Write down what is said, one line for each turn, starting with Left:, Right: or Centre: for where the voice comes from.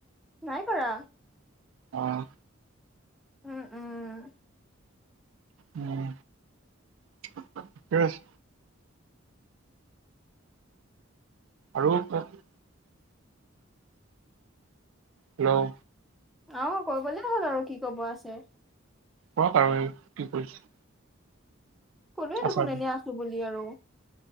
Centre: নাই কৰা।
Right: অঁ।
Centre: উম উম।
Right: উম, ঠিকে আছে। আৰু ক'ক। হেল্ল'
Centre: অ, কৈ গ'লে হ'ল আৰু কি ক'ব আছে।
Right: কৰক আৰু এই কি কৰিছে?
Centre: কলোয়ে
Right: আচাৰটো
Centre: দেখো, এনে আছো বুলি আৰু।